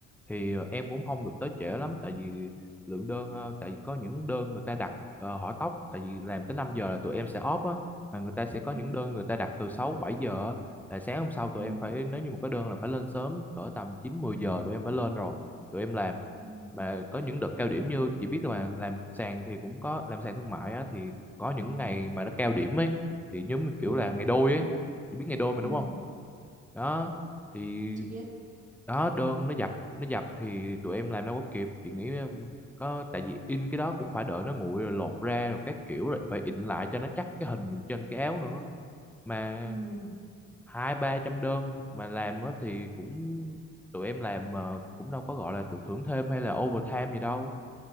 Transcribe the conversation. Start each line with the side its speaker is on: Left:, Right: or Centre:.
Centre: thì ờ, em cũng không được tới trễ lắm tại vì lượng đơn ờ, tại vì có những đơn người ta đặt ờ, hỏi tóc tại vì làm tới 5 giờ là tụi em sẽ off á mà người ta sẽ có những
Right: ừ
Centre: đơn người ta đặt từ 6 7 giờ á. là sáng hôm sau tụi
Right: ừ
Centre: em phải nếu như mà có đơn là phải lên sớm cỡ tầm 9 10 giờ tụi em phải lên rồi tụi em làm
Right: ừ
Centre: mà có những đợt cao điểm như chị biết là mà làm sàn thì cũng có làm sàn thương mại á thì có những
Right: ừ
Centre: ngày mà nó cao điểm ấy thì giống như kiểu
Right: ừ
Centre: là ngày đôi ấy chị biết ngày đôi mà đúng
Right: ừ.
Centre: không đó thì
Right: Chị biết.
Centre: đó đơn nó dập nó dập thì tụi em làm đâu có kịp chị nghĩ um, có tại vì in cái đó cũng phải đợi nó nguội rồi lột ra rồi các kiểu rồi phải in lại cho nó chắc cái hình trên cái áo nữa mà
Right: ừ.
Centre: hai ba trăm đơn mà làm á thì cũng tụi em làm mà cũng đâu có gọi là được thưởng thêm hay là overtime gì đâu